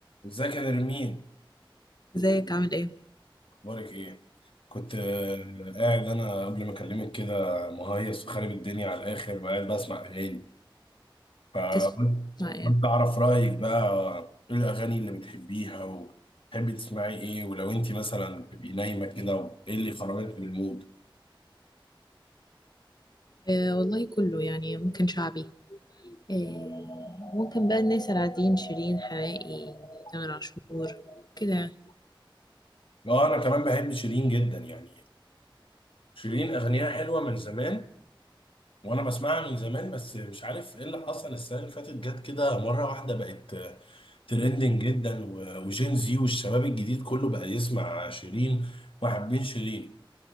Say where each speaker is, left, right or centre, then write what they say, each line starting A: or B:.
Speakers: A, on the left; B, on the left.
A: ازيك يا نرمين
B: ازيك عامل ايه؟
A: اخبارك ايه كنت آه، قاعد انا قبل ما اكلمك كده مهيص وخارب الدنيا على الاخر وقاعد بسمع اغاني فكنت
B: تسمع ايه؟
A: اعرف رايك بقى ايه الاغاني اللي بتحبيها وتحبي تسمعي ايه ولو انت مثلا تبقي نايمه كده ايه اللي خرجك من المود
B: آه والله كله يعني ممكن شعبي آه ممكن بقى الناس العاديين شيرين حماقي تامر عاشور كده يعني
A: اه انا كمان بحب شيرين جدا يعني شيرين اغانيها حلوه من زمان وانا بسمعها من زمان بس مش عارف ايه اللي حصل السنه اللي فاتت جت كده مره واحده بقت ترندنج جدا و- وجين زي والشباب الجديد كله بقى يسمع شيرين وحابين شيرين